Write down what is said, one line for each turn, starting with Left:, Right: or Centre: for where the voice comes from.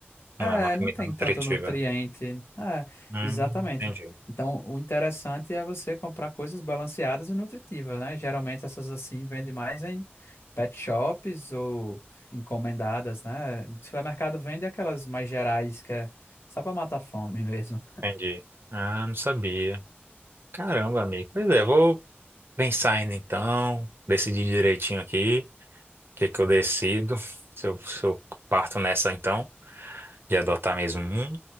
Right: Não
Left: é,
Right: é uma comida
Left: não tem
Right: nutritiva,
Left: tanto nutriente.
Right: né?
Left: É,
Right: Hum,
Left: exatamente.
Right: entendi,
Left: Então, o interessante é você comprar coisas balanceadas e nutritivas, né? Geralmente essas assim vendem mais em pet shops ou encomendadas, né? Supermercado vende aquelas mais gerais que é só para matar a fome <laughs> mesmo.
Right: entendi. Ah, não sabia. Caramba, amigo. Pois é, vou pensar ainda então, decidir direitinho aqui. que que eu decido? Se eu, se eu parto nessa então, de adotar mesmo um,